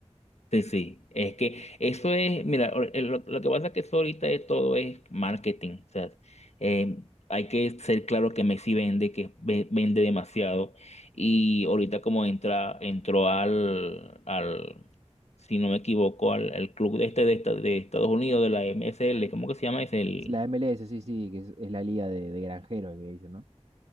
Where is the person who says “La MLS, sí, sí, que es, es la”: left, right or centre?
Right